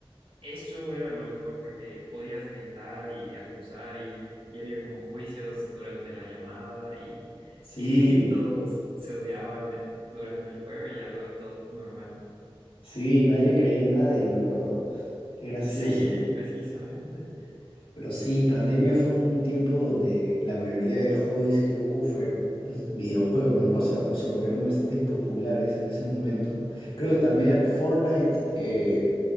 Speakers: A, on the right (about 70°); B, on the left (about 75°).
A: Eso era lo mejor porque podías gritar y acusar y, y había como juicios durante la llamada y,
B: Sí,
A: <laughs> y todos se odiaban durante el juego y ya luego todo normal. <laughs>
B: sí, nadie creía en nadie, me acuerdo. Qué gracioso.
A: Sí, precisamente.
B: Pero sí, pandemia fue un tiempo donde la mayoría de hobbies que hubo fue <laughs> videojuegos, ¿no? Se, se volvieron bastante populares en ese momento. Creo que también Fortnite eh,